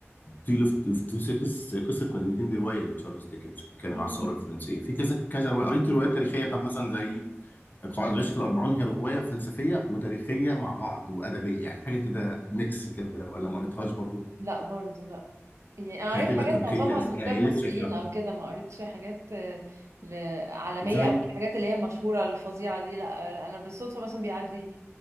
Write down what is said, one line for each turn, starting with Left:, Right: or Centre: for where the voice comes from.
Left: تيل اوف تو سيتيز قصه مدينتين دي روايه لتشارلز ديكنز بتتكلم
Right: لا
Left: عن الثوره الفرنسيه في كذا كذا روايه قريت روايات تاريخيه طب مثلا زي قواعد العشق الاربعون هي روايه فلسفيه وتاريخيه مع بعض وادبيه يعني حاجه كده ميكس كده ولا ما قريتهاش برضو
Right: لا برضو لا يعني انا
Left: كاتبه
Right: قريت حاجات
Left: تركيه
Right: معظمها
Left: اسمها
Right: لكتاب
Left: اليف
Right: مصريين
Left: شفا
Right: او كده ما قريتش حاجات آه، ل- عالميه
Left: زي
Right: او الحاجات اللي هي المشهوره الفظيعه دي لا انا بالصدفه مثلا بيعدي